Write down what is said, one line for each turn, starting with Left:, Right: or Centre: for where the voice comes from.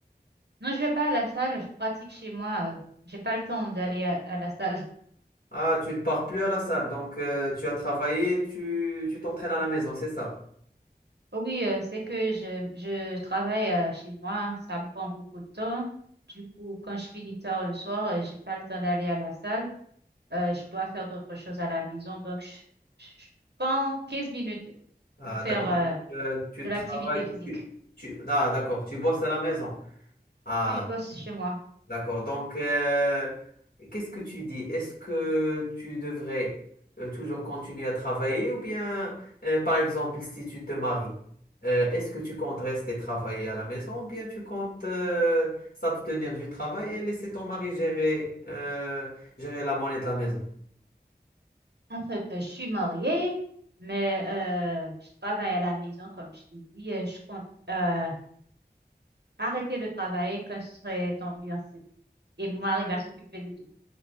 Right: Non, je vais pas à la salle, je pratique chez moi. euh, J'ai pas le temps d'aller à, à la salle. <laughs>
Left: Ah, tu ne pars plus à la salle, donc euh, tu as travaillé, tu, tu t'entraînes à la maison, c'est ça.
Right: Oui, euh, c'est que je, je travaille euh, chez moi, ça me prend beaucoup de temps. Du coup, quand je finis tard le soir, euh, j'ai pas le temps d'aller à la salle. Euh, je dois faire d'autres choses à la maison. Donc, je, je- je prends 15 minutes
Left: Ah,
Right: pour faire
Left: d'accord,
Right: euh,
Left: donc euh, tu
Right: de l'activité
Left: travailles,
Right: physique.
Left: tu, tu- ah, d'accord, tu bosses à la maison. Ah,
Right: Puis, je bosse chez moi.
Left: D'accord. Donc, euh, qu'est-ce que tu dis? Est-ce que tu devrais euh, toujours continuer à travailler ou bien, euh, par exemple, si tu te maries, euh, est-ce que tu comptes rester travailler à la maison ou bien tu comptes euh, s'abstenir du travail et laisser ton mari gérer, euh, gérer la monnaie de la maison?
Right: En fait, je suis mariée, mais euh, je travaille à la maison, comme je t'ai dit. Euh, Je compte euh, arrêter de travailler quand je serai tombée enceinte. Et mon mari va s'occuper de tout.